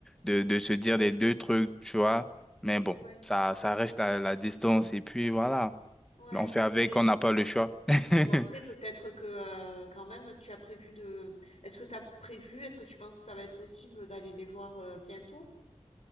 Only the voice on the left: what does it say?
Ouais,
ouais.
Mais
bon, après, peut-être que euh, quand même, tu as prévu de. Est-ce que t'as prévu, est-ce que tu penses que ça va être possible d'aller les voir euh, bientôt?